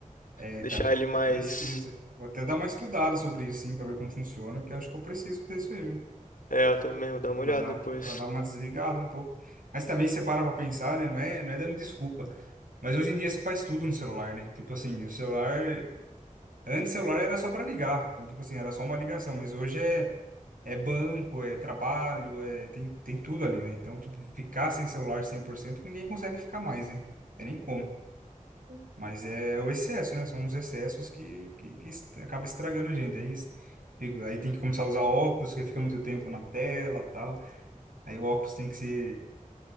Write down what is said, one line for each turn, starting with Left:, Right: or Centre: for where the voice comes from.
Right: É,
Left: deixar
Right: cara,
Left: ele mais.
Right: precisa. Vou até dar uma estudada sobre isso, sim, pra ver como funciona, porque eu acho que eu preciso fazer isso aí, viu?
Left: É, eu também vou dar uma
Right: para
Left: olhada
Right: dar,
Left: depois.
Right: para dar uma desligada um pouco. Mas também você para para pensar, né? Não é, não é dando desculpa. Mas hoje em dia você faz tudo no celular, né? Tipo assim, o celular. Antes o celular era só para ligar. Então, tipo assim, era só uma ligação. Mas hoje é, é banco, é trabalho, é, tem, tem tudo ali, né? Então, tipo, ficar sem celular 100% ninguém consegue ficar mais, né? Não tem nem como. Mas é o excesso, né? São os excessos que, que, que est- acaba estragando a gente. É isso. Fico- Aí tem que começar a usar óculos, que fica muito tempo na tela, tal. Aí o óculos tem que ser.